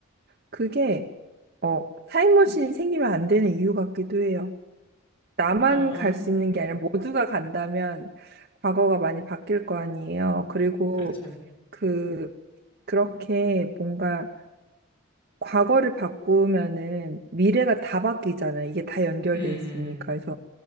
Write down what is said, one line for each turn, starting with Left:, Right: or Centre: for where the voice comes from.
Right: 그게 어, 타임머신이 생기면 안 되는 이유 같기도 해요. 나만
Left: 어,
Right: 갈 수 있는 게 아니라 모두가 간다면 과거가 많이 바뀔 거 아니에요. 그리고
Left: 그렇죠.
Right: 그 그렇게 뭔가 과거를 바꾸면은 미래가 다 바뀌잖아요. 이게 다 연결돼
Left: 음, 음,
Right: 있으니까. 그래서